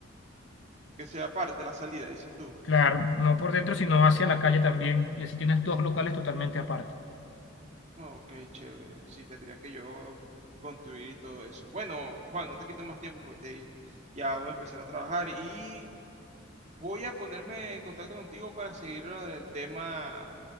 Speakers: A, on the right (about 35°); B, on the left (about 70°).
A: Que sea aparte la salida, dices tú.
B: Claro, no por dentro, sino hacia la calle también. Y así tienes dos locales totalmente aparte.
A: Ok, chévere. Sí, tendría que yo construir y todo eso. Bueno, Juan, no te quito más tiempo porque te- ya voy a empezar a trabajar y voy a ponerme en contacto contigo para seguir lo del tema